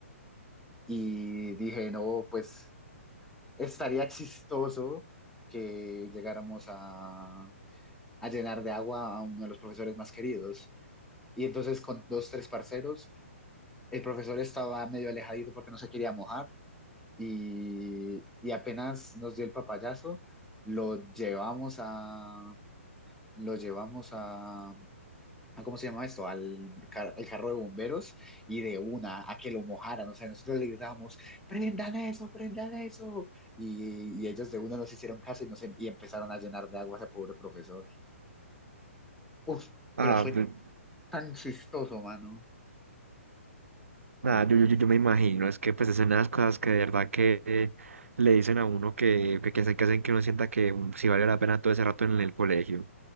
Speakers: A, in the centre; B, on the right (about 70°).
A: y dije, no, pues estaría chistoso que llegáramos a, a llenar de agua a uno de los profesores más queridos. Y entonces con dos, tres parceros, el profesor estaba medio alejadito porque no se quería mojar y, y apenas nos dio el papayazo, lo llevamos a, lo llevamos a, a- ¿cómo se llama esto? Al, car- al carro de bomberos y de una a que lo mojaran. O sea, nosotros le gritábamos, prendan eso, prendan eso. Y, y ellos de una nos hicieron caso y, nos, em- y empezaron a llenar de agua a ese pobre profesor. Uf,
B: Ah,
A: pero fue
B: pe-
A: tan chistoso, mano.
B: Nada, yo, yo, yo yo me imagino, es que pues es una de las cosas que de verdad que le dicen a uno que, que, que hacen, que hacen que uno sienta que um, sí vale la pena todo ese rato en el colegio,